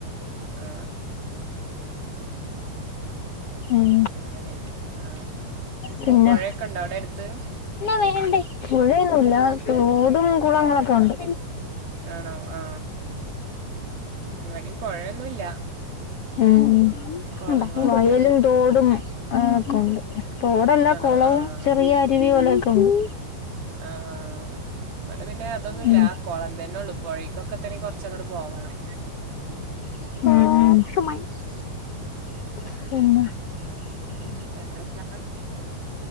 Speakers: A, on the right (about 70°); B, on the left (about 80°).
A: ആ ആ
B: ഉം
A: അങ്ങനെ ആ.
B: പിന്നെ
A: പൊഴയൊക്കെ ഉണ്ടോ അവിടെ അടുത്ത്?
B: വേറെന്ത് പുഴയൊന്നുല്ല തോടും കുളങ്ങളൊക്കെ ഒണ്ട്
A: ആണോ ആ ഇവിടെയും പൊഴയൊന്നുല്ല
B: ഉം
A: കൊളങ്ങളൊക്കെ
B: ഉം വയലും
A: തന്നെ.
B: തോടും ഒക്കെ ഒണ്ട് തോടല്ല
A: ആണോ?
B: കുളവും
A: ആ.
B: ചെറിയ അരുവി പോലൊക്കെയൊണ്ട്
A: ആഹ് ഇവിടെ പിന്നെ അതൊന്നുമില്ല
B: ഉം
A: കൊളം തന്നെ ഒള്ളു പൊഴക്കൊക്കെ തന്നെ കുറച്ചങ്ങോട്ട് പോവണം.
B: ഉം ഉം പിന്നെ
A: <unintelligible>